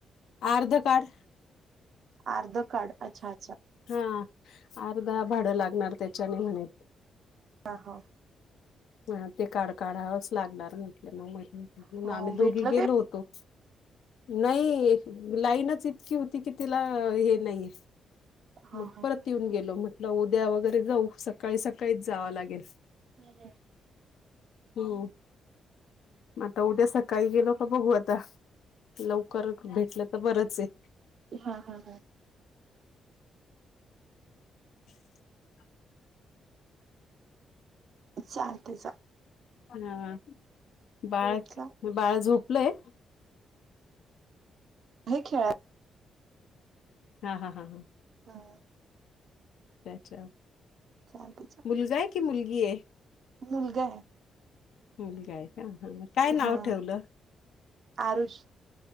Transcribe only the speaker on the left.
आर्ध कार्ड.
हा, अर्धा भाडं लागणार त्याच्याने, म्हणे.
ह, ते कार्ड काढावंच लागणार, म्हटलं. मग म्हणून
म्हून, आम्ही दोघी
गेलो
होतो. नाही, लाईनच इतकी होती कि, तिला हे नाहीये
मग
परत येऊन गेलो. म्हटलं, उद्या वगैरे जाऊ. सकाळी सकाळीच जावं लागेल.
हम्म. मग आता उद्या सकाळी गेलो का, बघू आता. लवकर भेटलं तर बरंचय.
<inaudible>
हा बाळ
बाळ झोपलंय?
हा हा हा हा.
त्याच
मुलगा आहे की? मुलगी आहे?
मुलगा आहे. काय नाव
ठेवलं?